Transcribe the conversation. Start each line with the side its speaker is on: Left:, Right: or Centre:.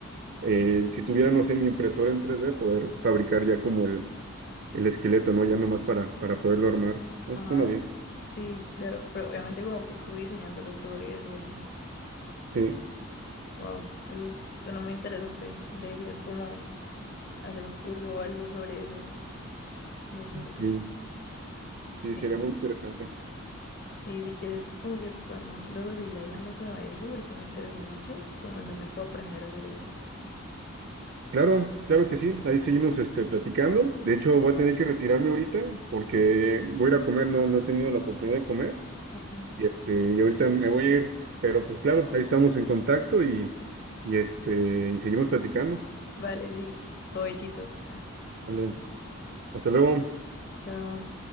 Right: eh, si tuviera, no sé, mi impresora en tres d poder fabricar ya como el, el esqueleto, ¿no? Ya nomás para, para poderlo armar. Eso
Left: Ajá.
Right: suena bien.
Left: Sí, claro, pero obviamente como que tú diseñándolo todo y eso así.
Right: Sí,
Left: Wow, eso es- suena muy interesante. Deberías como hacer un curso o algo sobre eso. Me suena mucho.
Right: sí, sí,
Left: Sí.
Right: sería muy interesante.
Left: Sí, si quieres, como que podemos luego seguir hablando como de eso, porque me interesó mucho, como en dónde puedo aprender a hacer eso.
Right: Claro, claro que sí, ahí seguimos este, platicando. De hecho, voy a tener que retirarme ahorita porque voy a ir a comer, no, no he tenido la oportunidad de comer.
Left: Ok.
Right: Y, este, y ahorita me voy a ir, pero pues claro, ahí estamos en contacto y, y, este, y seguimos platicando.
Left: Vale, sí, provechito.
Right: Vale, hasta luego.
Left: Chao.